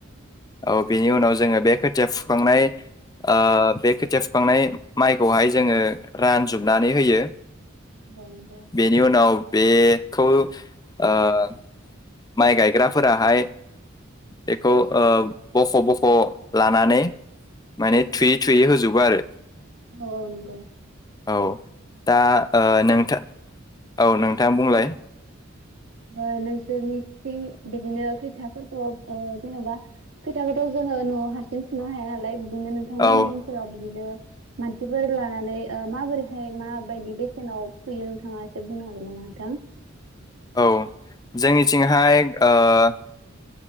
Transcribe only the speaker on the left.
औ बेनि उनाव जोंङो बे खोथिया फुखांनाय आ बे खोथिया फुखांनाय माइखौहाय जोङो रानजोबनानै होयो
बेनि उनाव बे खौ ओ माइ गायग्राफोराहाय बेखौ ओ बख' बख' लानानै माने थुयै थुयै होजोबो आरो
औ दा ओ नोंथा औ नोंथां बुंलाय
औ
औ जोंनिथिंहाय ओ ओ